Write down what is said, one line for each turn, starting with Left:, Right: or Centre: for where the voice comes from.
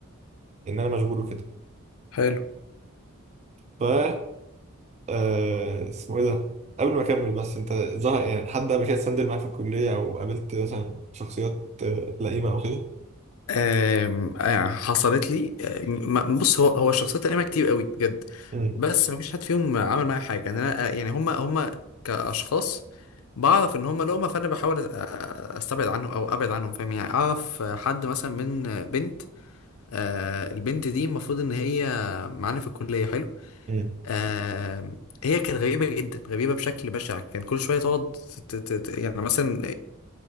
Right: ان انا مشغول وكده
Left: حلو
Right: ف آه، اسمه ايه ده قبل ما اكمل بس انت ظهر يعني حد قبل كده اتسندل معاك في الكليه او قابلت مثلا شخصيات آه، لئيمه او كده
Left: آم، آه، حصلت لي آه، م- بص هو هو الشخصيات القديمه كتير قوي بجد
Right: امم
Left: بس مفيش حد فيهم عمل معايا حاجه يعني انا آه، يعني هم هم كاشخاص بعرف ان هم لقمه فانا بحاول أ- أ- استبعد عنهم او ابعد عنهم فاهم يعني اعرف حد مثلا من بنت آه، البنت دي المفروض ان هي معانا في الكليه حلو
Right: امم
Left: آه هي كانت غريبة جدا غريبة بشكل بشع كان كل شوية تقعد ت- ت- ت- يعني مثلا